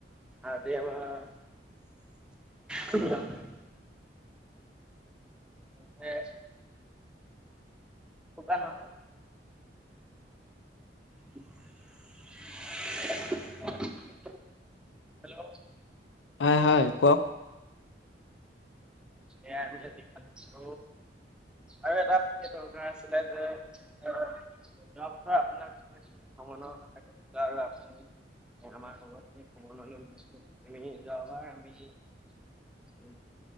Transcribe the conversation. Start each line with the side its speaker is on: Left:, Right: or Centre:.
Centre: আজি আমাৰ <unintelligible> <inaudible> শুকান নহয়। <inaudible> <inaudible>
Left: হয়, হয় কওক।
Centre: এইয়া হৈছে যিখন চৌ আৰু এটা বিশষে দৰকাৰ আছিলে যে যোৱা বছৰ আপোনাক মই অমণৰ ককাইক গৈছিলে আৰু আপুনি। এ আমাৰ লগত যে ভ্ৰমণলৈ গৈছিলো এই যোৱাবাৰ আমি যে উম।